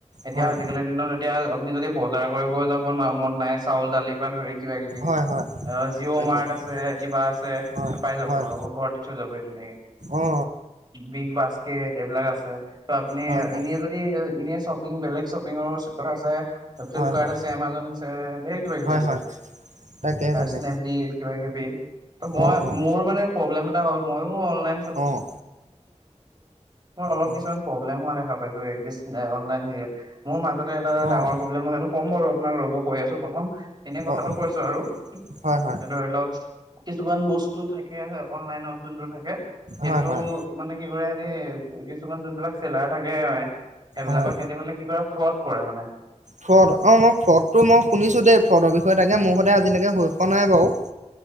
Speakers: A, on the right; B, on the right.
A: এতিয়া
B: হয়
A: আজিকালিৰ দিনত এতিয়া আপুনি যদি বজাৰ কৰিব যাব ন মন নাই চাউল দালিৰ পৰা ধৰি কিবা কিবি
B: হয় হয়
A: অ জিঅ'
B: তাকে
A: মাৰ্ট
B: তাকে
A: আছে কিবা আছে
B: হয়
A: পাই যাব
B: হয়
A: আকৌ ঘৰত দি থৈ যাব সেই তেনাকে
B: অ'
A: বিগ বাস্কেট এইবিলাক আছে। ত আপুনি
B: হয় হয়
A: এনে যদি এনে শ্বপিং বেলেগ শ্বপিংৰ কথা আছে ফ্লিপকাৰ্ট
B: হয় হয়
A: আছে এমাজ আছে ধেৰ কিবা কিবি
B: হয়
A: আছে
B: হয় তাকে তাকে
A: স্নেপডিল কিবা কিবি ত মই
B: অ' অ'
A: মোৰ মান হ'ল মইোলন
B: অ'
A: মোৰ অলপ
B: অ'
A: কিছুমান প্ৰব্লেম হোৱা দেখা পাইছো অনলাইন হেৰিয়াত মোৰ মাজতে এটা
B: অ'
A: ডাঙ প্ৰ্লেম সেইটো ক'ম বাৰু আপোনাক ৰ'ব কৈ আছো প্ৰথম- তেনে কথাটো
B: অ' অ'
A: কৈছো আৰু
B: হয় হয়
A: এ ধৰি লওক কিছুমান বস্তু থাকে অনলাইনত। যোনটো থাকে সেইটো,
B: হয় হয়
A: মানে কি কৰে তে কছোমান যোনি বিলাক চেলাৰ থাকে সেইবিলাকত
B: হয়,
A: সিহঁতি মানে কি কৰে ফ্ৰড কৰে মানে
B: ফ্ৰড অ মই ফ্ৰডটো মই শুনিছো দেই, ফ্ৰডৰ বিষয়ে তা তেনেকে মোৰ সতে আজিলৈকে হৈ পোৱা নাই বাৰু।